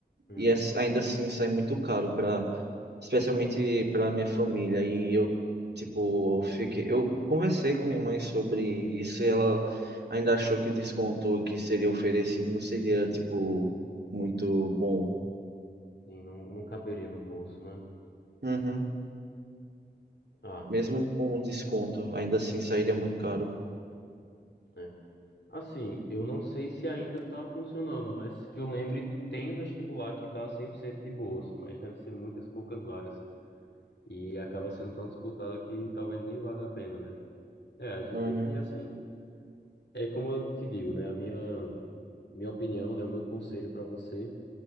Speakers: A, on the left; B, on the right.
A: Hum,
B: E é- ainda assim sai muito caro para especialmente para minha família. E eu, tipo, eu fiquei, eu conversei com minha mãe sobre isso e ela ainda achou que o desconto que seria oferecido não seria, tipo, muito bom.
A: sim, não, não caberia no bolso, né?
B: Uhum.
A: Ah.
B: Mesmo com o desconto, ainda assim sairia muito caro.
A: é. Assim, eu não sei se ainda está funcionando, mas que eu lembre, tem vestibular que dá 100% de bolsa, mas deve ser muitas poucas vagas. E acaba sendo tão disputada que talvez nem valha a pena, né? É, a gente
B: Uhum.
A: tem que ir assim. É como eu te digo, né? A minha, minha opinião, né? O meu conselho para você